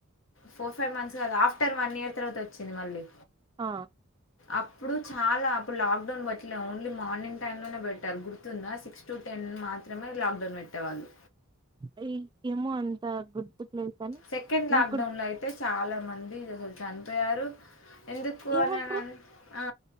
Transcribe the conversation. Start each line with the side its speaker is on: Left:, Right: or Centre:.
Left: ఫోర్ ఫైవ్ మంత్స్ కాదు ఆఫ్టర్ వన్ ఇయర్ తర్వాత వచ్చింది మళ్ళీ
Right: ఆ
Left: అప్పుడు చాలా అప్పుడు లాక్ డౌన్ పేట్లే ఓన్లీ మార్నింగ్ టైమ్ లోనే పెట్టారు గుర్తుందా సిక్స్ టు టెన్ మాత్రమే లాక్డౌన్ పెట్టేవాళ్ళు
Right: అది ఏమో అంత గుర్తుకు లేదు కానీ
Left: సెకండ్ లాక్డౌన్లో
Right: నాకి గురుత్
Left: అయితే చాలా మంది అసలు చనిపోయారు ఎందుకు
Right: ఏమంటారు
Left: అననీ ఆ